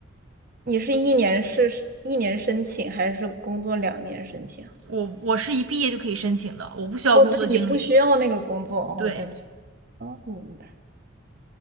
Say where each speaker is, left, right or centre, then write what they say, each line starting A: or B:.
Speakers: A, on the right; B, on the right.
A: 你是一年是一年申请，还是工作两年申请啊？
B: 我我是一毕业就可以申请的，我不需要工作经历。
A: 哦，对，你不需要那个工作。哦，
B: 对，
A: 对的。哦，明白。